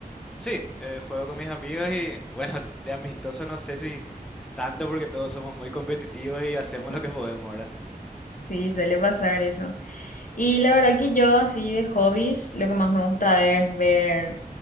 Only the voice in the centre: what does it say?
Sí, eh, juego con mis amigos y bueno, de amistoso no sé si tanto porque todos somos muy competitivos y hacemos
lo que podemos ahora.